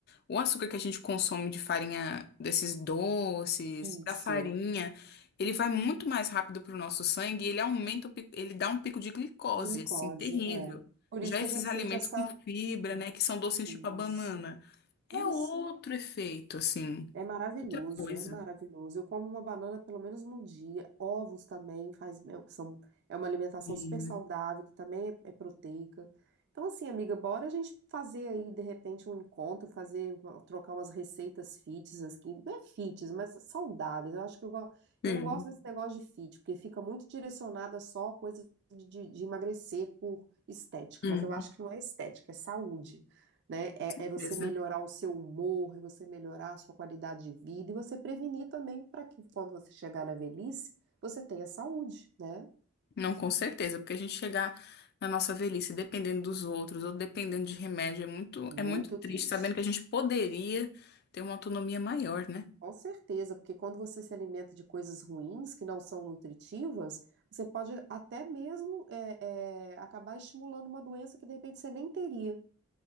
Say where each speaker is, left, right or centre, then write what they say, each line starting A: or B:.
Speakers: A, on the left (about 50°); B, on the right (about 55°).
A: O açúcar que a gente consome de farinha, desses doces,
B: Isso,
A: da farinha, ele vai muito mais rápido para o nosso sangue e ele aumenta, o pi- ele dá um pico de glicose,
B: de glicose,
A: assim, terrível.
B: é. Por
A: Já
B: isso que
A: esses
B: a gente
A: alimentos
B: sente essa
A: com fibra,
B: hum,
A: né, que são docinhos tipo a banana,
B: Isso.
A: é
B: Isso
A: outro efeito, assim,
B: é maravilhoso,
A: outra coisa.
B: é maravilhoso. Eu como uma banana pelo menos no dia. Ovos também faz, é, são, é uma alimentação
A: Sim,
B: super saudável, que também é, é proteica. Então, assim, amiga, bora a gente fazer aí, de repente, um encontro, fazer, uma- trocar umas receitas fits aqui. Não é fits, mas saudáveis. Eu acho que eu, go- eu
A: sim,
B: não gosto desse negócio de fit, porque fica muito direcionada só a coisa de, de de emagrecer por estética.
A: hum,
B: Mas eu acho que não é estética, é saúde né?
A: com
B: É,
A: certeza.
B: é você melhorar o seu humor, é você melhorar a sua qualidade de vida e você prevenir também para que quando você chegar na velhice, você tenha saúde, né?
A: Não, com certeza, porque a gente chegar na nossa velhice dependendo dos outros ou dependendo de remédio é muito,
B: Muito
A: é muito triste,
B: triste.
A: sabendo que a gente poderia ter uma autonomia maior, né?
B: Com certeza, porque quando você se alimenta de coisas ruins que não são nutritivas, você pode até mesmo é, é, acabar estimulando uma doença que de repente você nem teria,